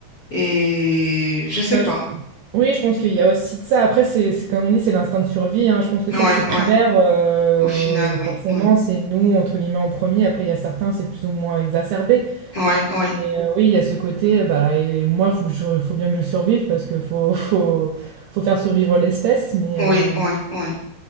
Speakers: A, on the left; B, on the right.
A: et je sais
B: Bah,
A: pas.
B: je- Oui, je pense qu'il y a aussi de ça. Après, c'est, c'est- comme on dit, c'est l'instinct de survie. hein. Je pense que
A: Ouais,
B: ça, c'est primaire.
A: ouais.
B: euh,
A: Au final, oui,
B: forcément,
A: oui,
B: c'est nous, entre guillemets, en premier. Après, il y a certains, c'est plus ou moins exacerbé.
A: oui, oui,
B: Mais euh, oui, il y a ce côté, bah, et moi, il faut que je- faut bien que je survive parce que faut, <laughs> faut, faut faire survivre l'espèce. Mais,
A: oui,
B: euh,
A: oui, oui.